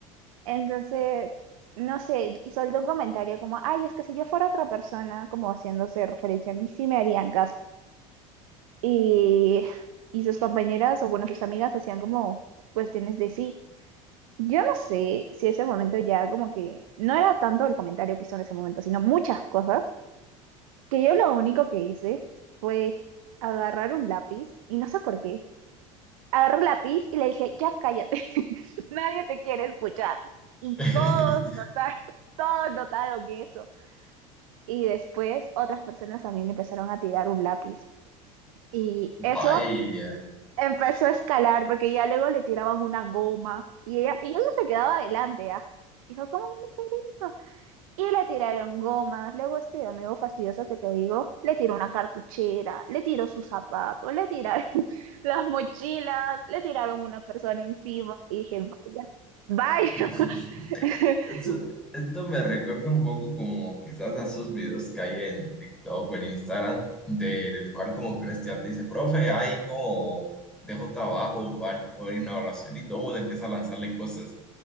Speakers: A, on the right (about 80°); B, in the centre.
A: Entonces, no sé, y soltó un comentario como, ay, es que si yo fuera otra persona, como haciéndose referencia a mí, sí me harían caso. Y, <laughs> y sus compañeras o bueno, sus amigas hacían como cuestiones de sí. Yo no sé si ese momento ya como que no era tanto el comentario que hizo en ese momento, sino muchas cosas, que yo lo único que hice fue agarrar un lápiz y no sé por qué. agarró un lápiz y le dije, ya cállate, <laughs> nadie te quiere escuchar. Y
B: <laughs>
A: todos notaron, <laughs> todos notaron eso. Y después otras personas también empezaron a tirar un lápiz. Y eso
B: Vaya.
A: empezó a escalar porque ya luego le tiraban una goma y ella, y ella se quedaba adelante, ¿ah? Dijo, ¿cómo viene a hacer eso? Y le tiraron gomas, luego este amigo fastidioso que te digo, le tiró una cartuchera, le tiró sus zapatos, le tiraron <laughs> las mochilas, le tiraron una persona encima y dije, vaya, vaya.
B: <laughs>
A: <laughs>
B: Esto, esto me recuerda un poco como quizás a esos videos que hay en TikTok o en Instagram, del cual como que un estudiante dice, profe, ay, como dejo trabajo o al- o hay una evaluación y todo el mundo empieza a lanzarle cosas.